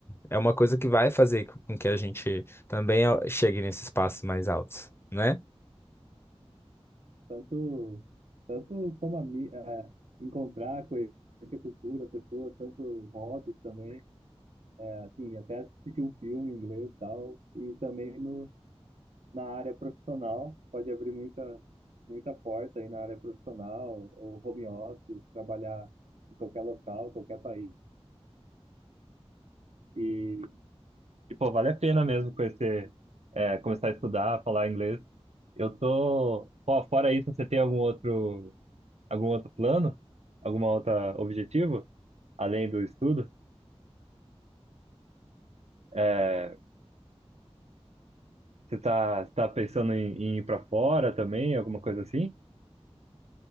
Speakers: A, on the left (about 20°); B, on the right (about 75°).
A: é uma coisa que vai fazer com que a gente também a- chegue nesses espaços mais altos, né?
B: tanto, tanto como ami- é, encontrar, conhecer cultura, pessoas, tanto hobbies também, é, assim, até assistir um filme em inglês e tal, e também no, na área profissional, pode abrir muita, muita porta aí na área profissional, ou home office, trabalhar em qualquer local, qualquer país, e E, pô, vale a pena mesmo conhecer, é, começar a estudar, falar inglês. Eu tô. Pô, fora isso, você tem algum outro. algum outro plano? Alguma outra objetivo? Além do estudo? É, você tá, você tá pensando em, em ir para fora também? Alguma coisa assim?